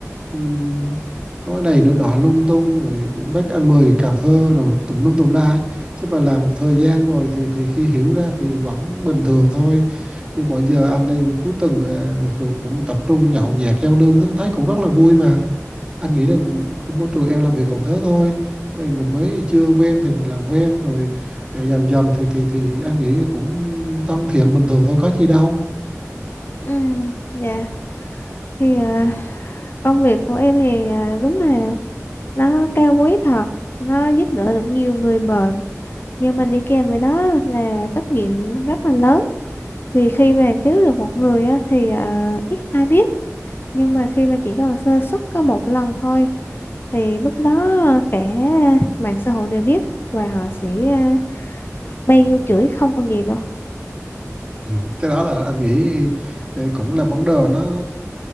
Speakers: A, on the right; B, on the left.
A: Ừm, nói này nói nọ lung tung rồi cũng bắt anh mời cà phê rồi tùm lum tùm la ấy. chứ mà làm một thời gian rồi thì thì khi hiểu ra thì vẫn bình thường thôi nhưng mọi giờ anh đây cuối tuần à, cũng, cũng tập trung nhậu nhẹt giao lưu thấy cũng rất là vui mà anh nghĩ rằng cũng môi trường em làm việc còn thế thôi Mày- mình mới chưa quen thì mình làm quen rồi à, dần dần thì thì thì anh nghĩ cũng thân thiện bình thường thôi có chi đâu
B: ừ dạ thì ờ, công việc của em thì ờ, đúng là nó cao quý thật nó giúp đỡ được nhiều người bệnh nhưng mà đi kèm với đó là trách nhiệm rất là lớn vì khi mà cứu được một người á, thì ờ, ít ai biết nhưng mà khi mà chỉ cần sơ suất có một lần thôi thì lúc đó cả mạng xã hội đều biết và họ sẽ à, bay vô chửi không còn gì đâu
A: Ừ. Cái đó là anh nghĩ ờ, cũng là vấn đề nó